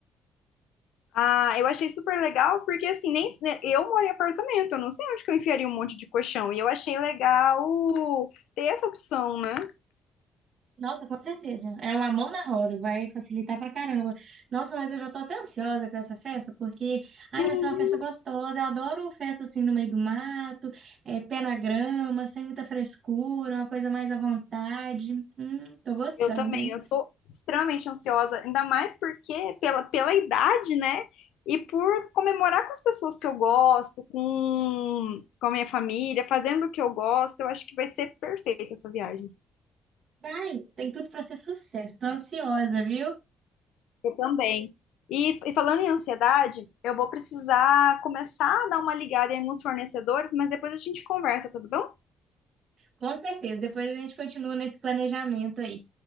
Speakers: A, on the left; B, on the right.
A: Ah, eu achei super legal, porque assim, nem né, eu moro em apartamento, eu não sei onde que eu enfiaria um monte de colchão. E eu achei legal ter essa opção, né?
B: Nossa, com certeza. É uma mão na roda, vai facilitar pra caramba. Nossa, mas eu já tô até ansiosa com essa festa, porque ai,
A: Menino,
B: vai ser uma festa gostosa. Eu adoro festa assim no meio do mato, é, pé na grama, sem muita frescura, uma coisa mais à vontade. Hum, tô gostando,
A: Eu também,
B: hein?
A: eu tô extremamente ansiosa, ainda mais porque pela, pela idade, né? E por comemorar com as pessoas que eu gosto, com, com a minha família, fazendo o que eu gosto, eu acho que vai ser perfeita essa viagem.
B: Vai, tem tudo pra ser sucesso. Tô ansiosa, viu?
A: Eu também. E, e falando em ansiedade, eu vou precisar começar a dar uma ligada em alguns fornecedores, mas depois a gente conversa, tudo bom?
B: Com certeza. Depois a gente continua nesse planejamento aí.